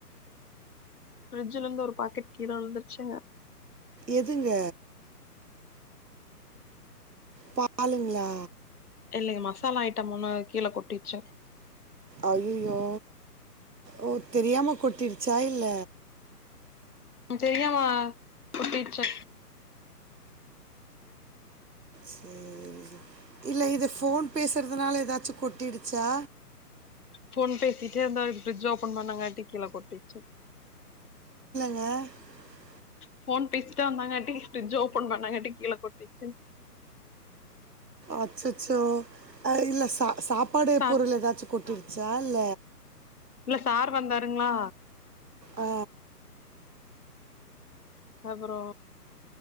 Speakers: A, on the left; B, on the right.
A: பிரஃரிட்ஜ்ல இருந்து ஒரு பாக்கெட் கீழ விழுந்துருச்சுங்க
B: எதுங்க பாலுங்களா
A: இல்லிங்க மசாலா ஐட்டம்ல்லா கீழ கொட்டிச்சிங்க
B: அய்அய்யோ ஓ தெரியாம கொட்டிருச்சா இல்ல
A: தெரியமா கூட்டிச்சா
B: சேரி இல்ல இத ஃபோன் பேசுறதுனால ஏதாச்சு கொட்டிடுச்சா
A: ஃபோன் பேசிட்டே இருந்தா ஃப்ரிட்ஜ் ஓபன் பண்ணங்காட்டி கீழ கொட்டிருச்சி
B: அ
A: ஃபோன் பேசி ந்தாபங்கட்டி ஃப்ரிட்ஜ் ஓபன் பண்ணாங்காட்டி கீழ கொட்டிச்சி
B: அச்சச்சோ ஆ இல்ல சா சாப் ப்பாடு
A: சார்
B: பொருள் ஏதாச்சு கொட்டி சால
A: இல்ல சார் வந்தாருங்களா
B: ஆ
A: அப்புறோ